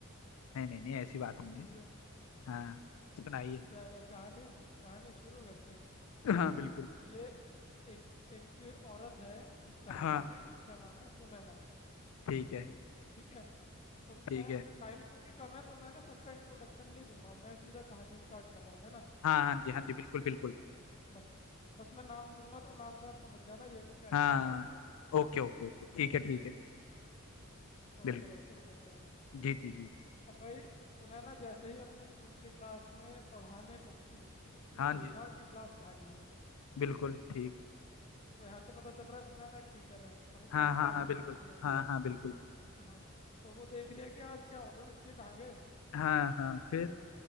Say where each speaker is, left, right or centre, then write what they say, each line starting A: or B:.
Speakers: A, on the left; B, on the left.
A: नहीं नहीं नहीं ऐसी बात
B: सही
A: नहीं है
B: है
A: हाँ सुनाइए
B: चलो कहानी कहानी शुरू करते हैं
A: हाँ बिल्कुल
B: ये एक एक औरत है इस कहानी
A: हाँ
B: में जिसका नाम है सुनैना
A: ठीक है
B: ठीक है तो मैं
A: ठीक है
B: टाइम क्योंकि कम है तो मैं ना सबका इंट्रोडक्शन नहीं दूंगा मैं सीधा कहानी स्टार्ट कर रहा हूँ है ना
A: हाँ हाँ जी हाँ जी बिल्कुल बिल्कुल
B: बस बस मैं नाम लूंगा तो नाम से आप समझ जाना ये कोई कैरेक्टर
A: हाँ
B: है इसमें
A: ओके ओके ओके ठीक है ठीक है बिल्कुल
B: ओके भाई शुरू करते हैं
A: जी जी जी
B: अब भाई सुनैना जैसे ही अपने स्कूल की क्लास में पढ़ाने पहुंची तो उसने
A: हाँ जी
B: देखा कि क्लास खाली है
A: बिल्कुल ठीक
B: तो यहाँ से पता चल रहा है सुनैना एक टीचर है और वो क्लास
A: हाँ
B: में
A: हाँ
B: पढ़ाने
A: हाँ बिल्कुल
B: पहुंची है
A: हाँ हाँ बिल्कुल
B: हाँ तो वो देख रही है कि आज क्या हो गया बच्चे कहाँ गए
A: हाँ हाँ फिर